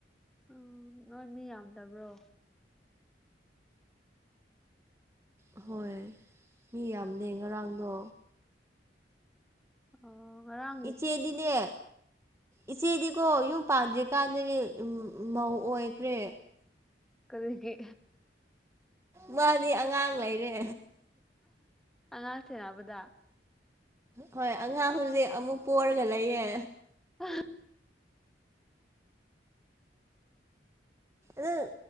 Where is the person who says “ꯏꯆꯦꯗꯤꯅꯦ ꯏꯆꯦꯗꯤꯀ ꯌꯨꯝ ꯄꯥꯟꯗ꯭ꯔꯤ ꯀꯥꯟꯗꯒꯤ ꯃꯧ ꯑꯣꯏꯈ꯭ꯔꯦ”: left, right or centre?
Right